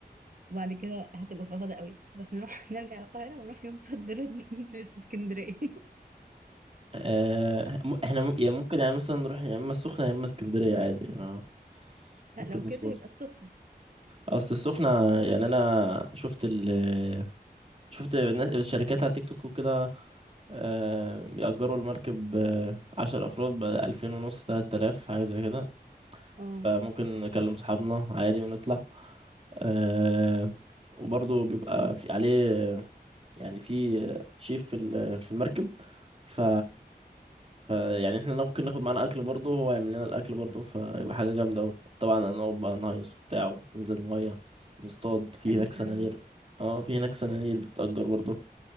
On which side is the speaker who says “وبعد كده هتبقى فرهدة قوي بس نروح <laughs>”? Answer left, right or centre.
Right